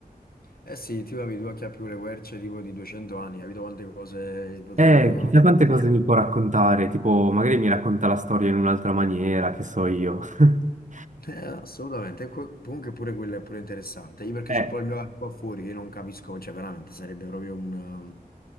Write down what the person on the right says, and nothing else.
Eh, chissà quante
cose mi può raccontare, tipo, magari mi racconta la storia in un'altra maniera, che so io. <laughs>
Eh,